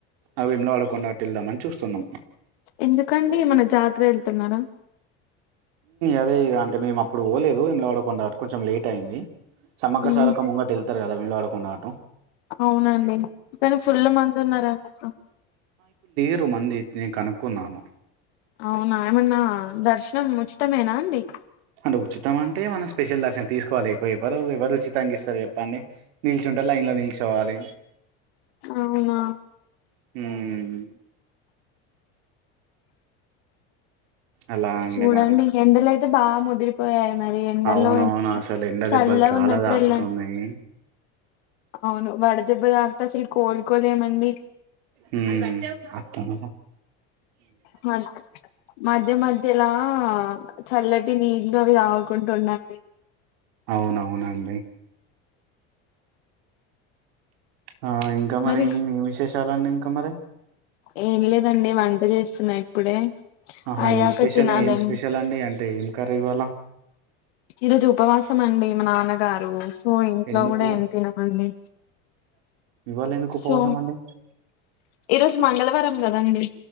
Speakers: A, on the right; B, on the left.
A: అవిలో ఆడకుండా అటు వెళ్దాం అని చూస్తున్నాం
B: ఎందుకండి మన జాతర వెళ్తున్నారా
A: అదే అంటే మేము అప్పుడు పోలేదు ఇలో వాడ కొ కొంచెం లేట్ అయింది సమక
B: ఉమ్,
A: సారక ముంగటిళ్తు కదా విళ్లువాడ కొండడాటం
B: అవునండి కానీ ఫుల్ మంది ఉన్నారాని
A: ఆరు మంది నే కనుక్కున్నాను
B: అవునా ఏమన్నా దర్శనం ఉచితమేనా అండి
A: అంటే ఉచితం అంటే మనం స్పెషల్ దర్శనం తీసుకోవాలి ఎవరు ఎవరు ఉచితంంగా ఇస్తారు చెప్పండి నిల్చు ఉంటేారు లైన్లో నిల్చువాలి
B: అవునా
A: హ అలా అండి
B: చూడండి
A: మరి
B: ఎండలయితే బా ముదిరిపోయ మరి ఎండల్లో
A: అవునవును అసలు ఎండ
B: చల్ల
A: దెబ్బలు చాలా
B: ఉన్నప్పుడు
A: తాకుతున్నాయి.
B: వెళ్ళండి అవును వడదెబ్బదార్త అసలు కోల్ కొలే మడి
A: హ అతాద
B: మ మధ్య మధ్యలా చల్లటి తిని ఇం అవి తావకుంటూ ఉండండి
A: అవునవునండి ఆ ఇంకా మరిం
B: మరి
A: ఏం విశేషాలన్నీ కా మర
B: ఏం లేదండి వంట చేస్తున్నా ఇప్పుడే
A: ఆహా
B: అయ్యాక
A: ఏం స్పెషల్
B: తినాలండి
A: ఏం స్పెషల్ అండి అంటే ఏం కరీవాల
B: ఈరోజు ఉపవాసం అండి మా నాన్నగారు సో ఇంట్లో
A: ఎందుకు
B: కూడా ఎం తినమండి
A: ఇవాళ ఎందుకు ఉపవాసం
B: సో
A: అండి
B: ఈరోజు మంగళవారం కదండి